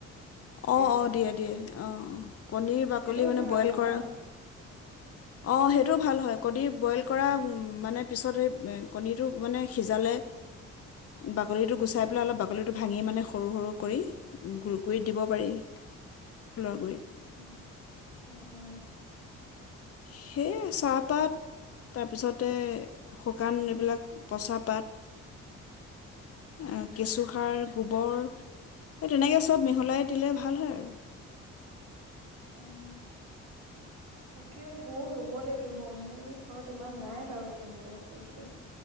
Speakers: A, on the right; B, on the left.
A: সাৰ
B: অ',
A: হিচাপে
B: অ', দিয়ে দিয়ে। অ', কণীৰ বাকলি
A: সেইটোও
B: মানে
A: ভাল
B: বইল
A: হয়
B: কৰা
A: ন
B: অ', সেইটো ভাল হয়। কণী বইল কৰা মানে পিছত সেই কণীটো মানে সিজালে বাকলিটো গুচাই পেলাই অলপ বাকলিটো ভাঙি মানে সৰু সৰু কৰি, গুৰ-গুৰিত দিব
A: উম
B: পাৰি। ফুলৰ গুৰিত।
A: অ অ অ
B: সেই চা পাত তাৰপিছতে শুকান, এইবিলাক পচা পাত
A: উম
B: অ কেঁচুসাৰ গোবৰ, এই তেনেকে চব মিহলাই দিলে ভাল হয় আৰু
A: অহ তাকে মইয়ো ৰুব লাগিব, মোৰ ঘৰত ইমান নাই বাৰু তেনেকে ফুল চুল